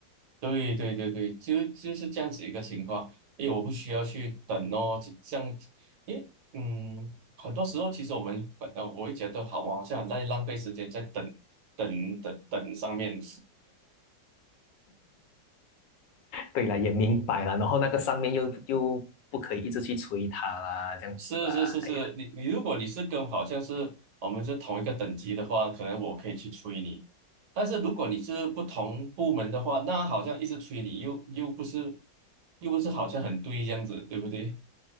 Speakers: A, on the right; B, on the left.
A: 对对对对，就就是这样子一个情况。因为我不需要去等哦，就这样，因为嗯，很多时候其实我们本来我会觉得好，啊好像很在浪费时间在等等等等上面。<laughs>
B: 对了，也明白了，然后那个上面又又不可以一直去催他啦，这样子啊，
A: 是是是是，
B: 哎呀，
A: 你你如果你是跟好像是我们是同一个等级的话，可能我可以去催你。但是如果你是不同部门的话，那好像一直催你，又又不是又不是好像很对这样子，对不对？